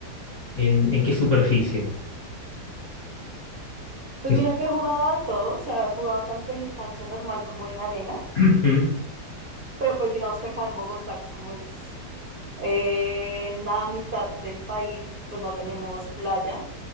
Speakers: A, on the left; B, on the right.
A: en, en qué superficie?
B: Pues
A: Es-
B: mira que he jugado de todo, o sea, he jugado tanto en cancha normal como en arena,
A: <clears throat> Ujú.
B: pero pues digamos que acá en Bogotá, como es eh, en la mitad del país, pues no tenemos playa